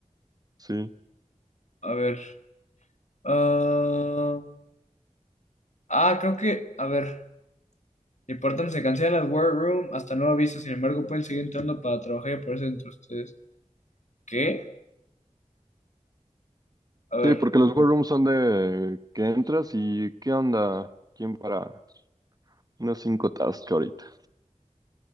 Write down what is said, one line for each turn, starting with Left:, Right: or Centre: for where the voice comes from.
Right: Sí.
Left: A ver. ah, ah, creo que, a ver, el se cancela las War Room hasta nuevo aviso, sin embargo pueden seguir entrando para trabajar y aparecer entre ustedes. ¿Qué? A ver,
Right: Sí, porque los war rooms son de que entras y ¿qué onda? ¿Quién para unas cinco tasks ahorita?